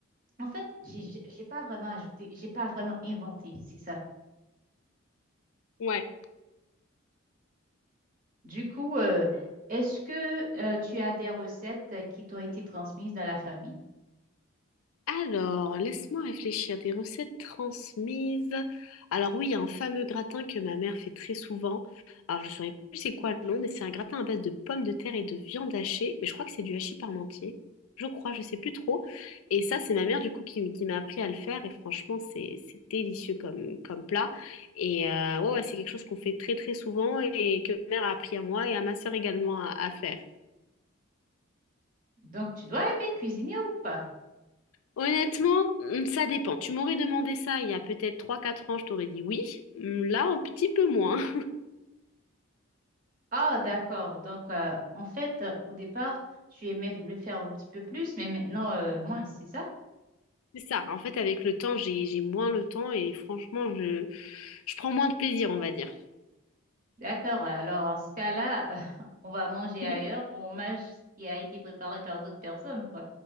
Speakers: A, on the right; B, on the left.
A: en fait, j'ai j'ai j'ai pas vraiment ajouté, j'ai pas vraiment inventé, c'est ça.
B: Ouais.
A: Du coup, euh, est-ce que euh, tu as des recettes euh, qui t'ont été transmises dans la famille?
B: Alors, laisse-moi réfléchir. Des recettes transmises. Alors oui, il y a un fameux gratin que ma mère fait très souvent. Alors, je ne saurais plus c'est quoi le nom, mais c'est un gratin à base de pommes de terre et de viande hachée. Mais je crois que c'est du hachis parmentier. Je crois, je sais plus trop. Et ça, c'est ma mère du coup qui, qui m'a appris à le faire. Et franchement, c'est c'est délicieux comme, comme plat. Et euh, ouais, ouais, c'est quelque chose qu'on fait très très souvent et que ma mère a appris à moi et à ma sœur également à à faire.
A: Donc, tu dois aimer cuisiner ou pas?
B: Honnêtement, hum, ça dépend. Tu m'aurais demandé ça il y a peut-être trois quatre ans, je t'aurais dit oui. Hum, Là, un petit peu moins.
A: Ah, d'accord. Donc, euh, en fait, euh, au départ, tu aimais le faire un petit peu plus, mais maintenant, euh, moins, c'est ça?
B: <laughs> C'est ça. En fait, avec le temps, j'ai, j'ai moins le temps et franchement, je, je prends moins de plaisir, on va dire.
A: D'accord. Alors, en ce cas-là, <laughs> on va manger
B: <laughs>
A: ailleurs ou on mange ce qui a été préparé par d'autres personnes, quoi.